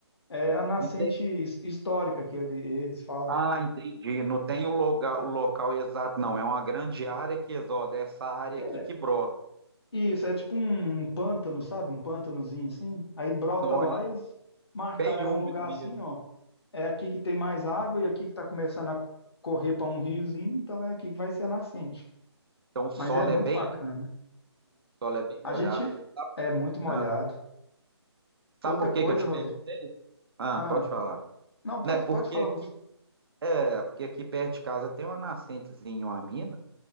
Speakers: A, on the left; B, on the right.
A: É a nascente
B: E
A: his- histórica que ele- eles falam.
B: Ah, entendi. Não tem o local, o local exato, não. É uma grande área que, ó, dessa área
A: É
B: aqui que brota.
A: Isso, é tipo um um pântano, sabe? Um pântanozinho assim. Aí brota
B: Nó,
A: lá
B: e
A: e eles marcaram,
B: bem úmido
A: é um lugar
B: mesmo.
A: assim, ó. é aqui que tem mais água e aqui que está começando a correr para um riozinho, então é aqui que vai ser a nascente.
B: Então o solo
A: Mas é muito
B: é bem,
A: bacana.
B: o solo é bem
A: A
B: molhado.
A: gente é muito molhado.
B: Ah, sabe
A: Outra
B: por
A: coisa,
B: que que eu te
A: Rodrigo.
B: perguntei? Ah,
A: Ah,
B: pode falar.
A: não, pode,
B: Né? Porque
A: pode falar
B: aqui,
A: você.
B: é, porque aqui perto de casa tem uma nascentezinha, uma mina,